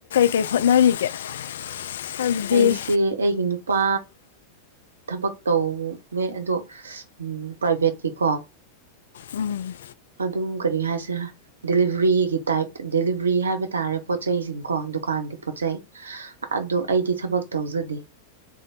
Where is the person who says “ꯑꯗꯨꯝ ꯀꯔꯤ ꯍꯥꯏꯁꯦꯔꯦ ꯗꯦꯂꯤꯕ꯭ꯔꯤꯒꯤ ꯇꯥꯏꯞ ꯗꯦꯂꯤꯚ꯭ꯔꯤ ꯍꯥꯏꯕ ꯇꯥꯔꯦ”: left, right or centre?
Right